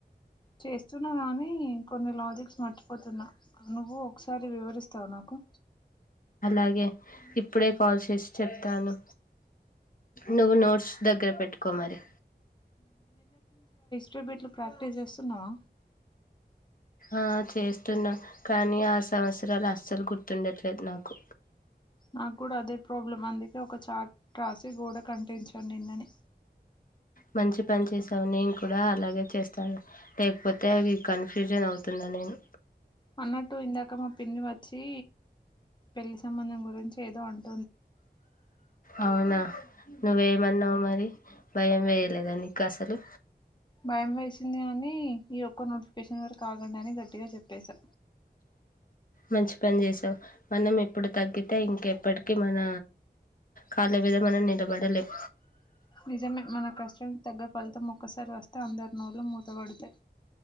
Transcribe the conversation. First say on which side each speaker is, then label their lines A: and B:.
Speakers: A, on the left (about 25°); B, on the left (about 55°).
A: చేస్తున్నా గాని కా కొన్ని లాజిక్స్ మర్చిపోతున్నా నువ్వు ఒకసారి వివరిస్తావు నాకు
B: అయ్యె ఇప్పుడే కాల్ చేసి చెప్తాను నువు నోడ్స్ దగ్గర పెట్టుకోమరి
A: టిబెట్లు ప్రాక్టీస్ చేస్తున్నావా
B: ఆ చేస్తున్నా కానీ ఆ సంవత్సరాలు అస్సలు గుర్తుండట్లేదు నాకు
A: నాకు కూడా అదే ప్రాబ్లమ్ అందుకే ఒక చార్ట్ రాసి గోడ కంటించ నిన్న నె
B: మంచి పని చేసావు నేను కూడా అలాగే చేస్తాను లేకపోతే అవి కన్ఫ్యూజన్ అవుతున్న నేను
A: అన్నట్టు ఇందాకమ పి పిన్ని వచ్చి పెళ్లి సంబంధం గురించి ఏదొ అంది
B: అవునా నువ్వెమన్నవ్ మరి భయం వేయలేదా నీకు అసలు
A: భయం వేసింది కాని ఈ ఒక్క నోటిఫికేషన్ వర కాగండి అని గట్టిగా చెప్పెసా
B: మంచి పని చేసావ్ మనం ఎప్పుడు తగ్గితే ఇంకెప్పటికి మన కాళ్ళ మీద మనం నిలబడలేం
A: నిజమే మన కష్టానికి తగ్గ ఫలితం ఒక్కసారి వస్తే అందరు నోళ్లు మూతబడతాయి